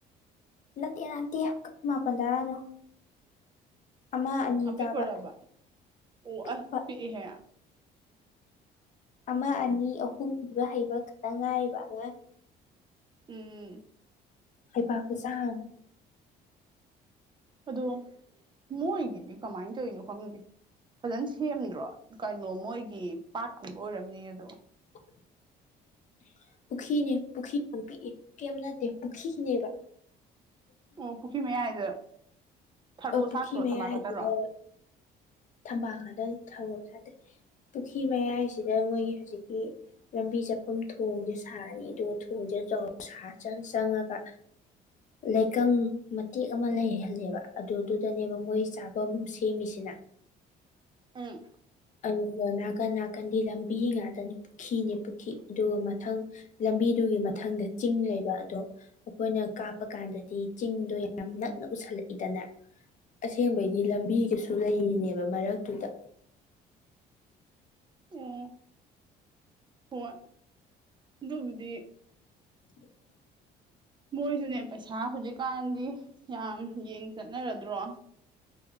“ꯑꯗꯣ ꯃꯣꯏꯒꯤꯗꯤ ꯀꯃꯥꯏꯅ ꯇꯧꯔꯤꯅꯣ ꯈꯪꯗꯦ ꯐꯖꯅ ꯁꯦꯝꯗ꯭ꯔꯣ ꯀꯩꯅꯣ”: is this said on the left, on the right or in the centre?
Right